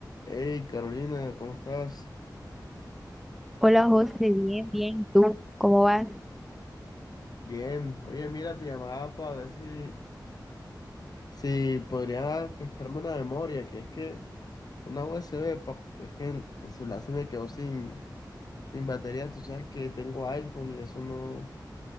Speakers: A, on the left; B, in the centre.
A: Hey Carolina, ¿cómo estás?
B: Hola José, bien, bien. ¿Y tú cómo vas?
A: Bien. Oye, mira, te llamaba para ver si, si podrías prestarme una memoria, que es que una USB, pa- es que el el celular se me quedó sin, sin batería. Tú sabes que tengo iPhone y eso no,